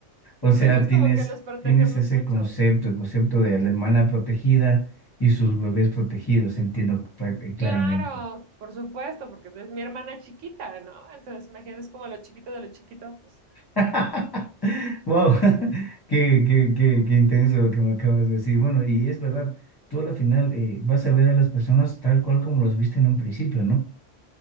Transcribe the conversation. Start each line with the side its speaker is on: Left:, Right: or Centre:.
Right: Entonces
Left: O sea, tienes,
Right: como que los protegemos
Left: tienes ese
Right: mucho.
Left: concepto, el concepto de la hermana protegida y sus bebés protegidos, entiendo pra- eh, claramente.
Right: Claro, por supuesto, porque es mi hermana chiquita, ¿no? Entonces, imagínate, es como lo chiquito de lo chiquito, pues.
Left: <laughs> Wow, <laughs> qué, qué, qué, qué intenso lo que me acabas de decir. Bueno, y es verdad, tú a la final eh, vas a ver a las personas tal cual como las viste en un principio, ¿no?